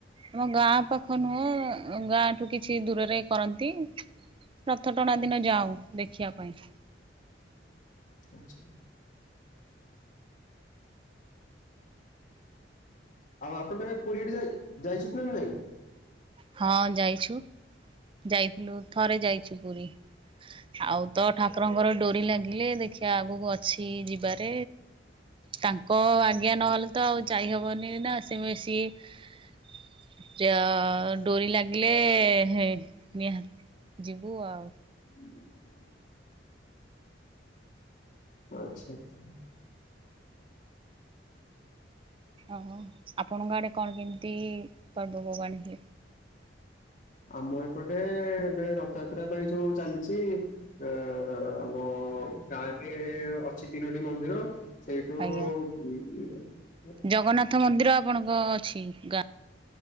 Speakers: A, on the right (about 30°); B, on the left (about 45°).
A: ଆମ ଗାଁ ପାଖ ନୁହଁ, ଗାଁଠୁ କିଛି ଦୂରରେ କରନ୍ତି। ରଥ ଟଣା ଦିନ ଯାଉଁ, ଦେଖିବା ପାଇଁ।
B: ଆଚ୍ଛା। ଆଉ ଆପଣ କେବେ ପୁରୀ ଆଡେ ଯାଇ ଯାଇଛନ୍ତିନା ନାଇଁ?
A: ହଁ, ଯାଇଛୁ, ଯାଇଥିଲୁ, ଥରେ ଯାଇଛୁ ପୁରୀ। ଆଉ ତ ଠାକୁରଙ୍କର ଡୋରି ଲାଗିଲେ ଦେଖିବା, ଆଗକୁ ଅଛି ଯିବାରେ। ତାଙ୍କ ଆଜ୍ଞା ନହେଲେ ତ ଆଉ ଯାଇହବନି ନା, ସେଏ ବେସି? <unintelligible> ଡୋରି ଲାଗିଲେ ହେଟ୍ ନିହାତ୍ ଯିବୁ ଆଉ।
B: <inaudible> ଆଚ୍ଛା ଆଚ୍ଛା।
A: ଓହୋ, ଆପଣଙ୍କ ଆଡେ କଣ କେମିତି ପର୍ବପର୍ବାଣୀ ହୁଏ?
B: ଆମ ଏପଟେ ଏବେ ରଥଯାତ୍ରା ପାଇଁ ସବୁ ଚାଲିଛି। <unintelligible> ଅଛି, ତିନୋଟି ମନ୍ଦିର। ସେଇଠୁ
A: ଆଜ୍ଞା
B: <unintelligible>
A: ଜଗନ୍ନାଥ ମନ୍ଦିର ଆପଣଙ୍କ ଅଛି ଗାଁ?